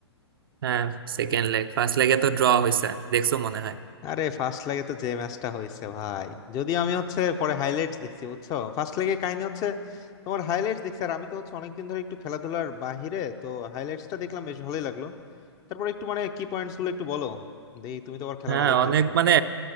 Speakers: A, on the right (about 55°); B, on the left (about 25°).
A: হ্যাঁ সেকেন্ড লেগ ফার্স্ট লেগে তো ড্র হয়েছে দেখছো মনে হয়
B: আরে ফার্স্ট লেগে তো যে ম্যাচটা হয়েছে ভাই যদিও আমি হচ্ছে পরে হাইলাইটস দেখছি বুঝছো ফার্স্ট লেগে কাহিনী হচ্ছে তোমার হাইলাইটস দেখছি আর আমি তো হচ্ছে অনেকদিন ধরে একটু খেলাধুলার বাহিরে তো হাইলাইটসটা দেখলাম বেশ ভালোই লাগলো তারপর একটু মানে কি পয়েন্টস গুলো একটু বলো দেখি তুমি তো আবার খেলা
A: হ্যাঁ
B: ভালোই ফলো
A: অনেক
B: করো
A: মানে